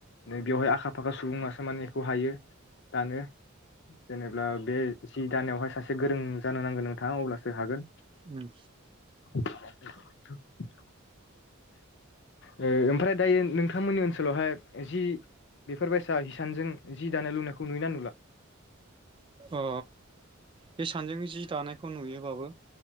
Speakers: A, on the left; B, on the right.
A: बेवहाय आखा फाखा सुबुंआसो माने इखौ हायो दानो जेनेब्ला बे जि दानायावहाय सासे गोरों जानो नांगोन नोंथाङा अब्लासो हागोन।
B: उम
A: <unintelligible> ओ ओमफ्राय दायो नोंथांमोननि ओनसोलावहाय जि बेफोरबायसा हिसानजों जि दानाय लुनायखौ नुयोना नुला?
B: अ हिसानजों जि दानायखौ नुयोबाबो